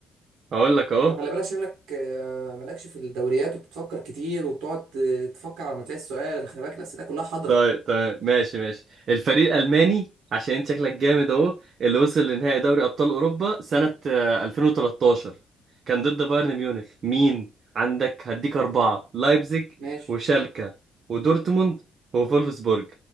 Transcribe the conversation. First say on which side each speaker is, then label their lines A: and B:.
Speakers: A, on the right; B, on the right.
A: هقول لك اهو
B: طب خلي بالك شكلك آه، مالكش في الدوريات وبتفكر كتير وبتقعد آه، تفكر على ما تلاقي السؤال أنا خلي بالك الأسئلة كلها حاضرة
A: طيب طيب ماشي ماشي الفريق الألماني عشان انت شكلك جامد اهو اللي وصل لنهائي دوري أبطال أوروبا سنة آه، 2013 كان ضد بايرن ميونخ مين عندك هديك أربعة لايبزيج
B: ماشي
A: وشالكا ودورتموند وفولفسبورج